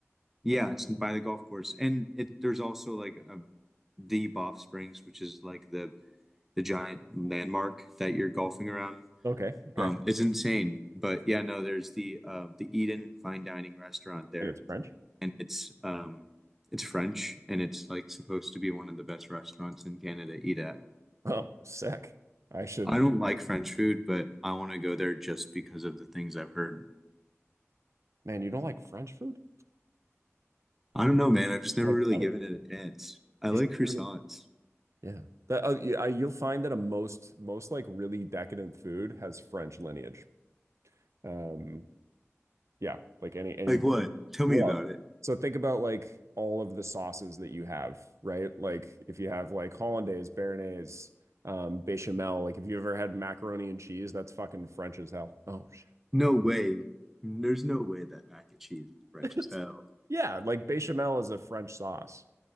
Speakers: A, in the centre; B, on the right.
A: Yeah, it's by the golf course. And it there's also like a, the Banff Springs, which is like the the giant landmark that you're golfing around.
B: Okay, okay.
A: Um it's insane. But yeah, no, there's the uh the Eden fine dining restaurant there
B: And it's French.
A: and it's um it's French and it's like supposed to be one of the best restaurants in Canada to eat at.
B: Oh, sick. I should,
A: I don't like French food, but I want to go there just because of the things I've heard.
B: man, you don't like French food?
A: I don't know, man. I've just never
B: Like
A: really
B: butter?
A: given it a chance. I
B: You
A: like
B: should
A: croissants.
B: give it a- Yeah. That, uh, yeah, I- you'll find that a most most like really decadent food has French lineage. Um, Yeah, like any any
A: Like what? Tell
B: well,
A: me about it.
B: so think about like all of the sauces that you have, right? Like if you have like hollandaise, béarnaise, um, bechamel, like if you ever had macaroni and cheese, that's fucking French as hell. Oh shit.
A: No way. There's no way that mac and cheese is French
B: <laughs>
A: as hell.
B: Yeah, like bechamel is a French sauce